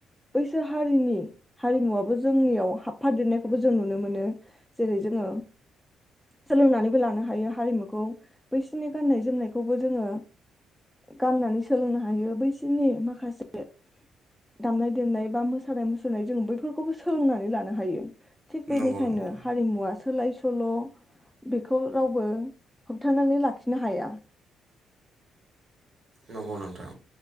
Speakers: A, in the centre; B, on the right.
A: बैसोर हारिनि हारिमुवाबो जोंनियाव हाबफादेरनायखौबो जों नुनो मोनो, जेरै जोङो सोलोंनानै लानो हायो हारिमुखौ बैसोरनि गाननाय जोमनायखौबो जोङो गाननानै सोलोंनो हायो बैसोरनि माखासे दामनाय देनाय बा मोसानाय मुसुरनाय जोंङो बैफोरखौबो सोलोंनानै लानो हायो थिग
B: नंगौ
A: बेनिखायनो
B: नोंथां
A: हारिमुआ सोलाय सोल' बेखौ रावबो होबथानानै लाखिनो हाया।
B: नंगौ नोंथां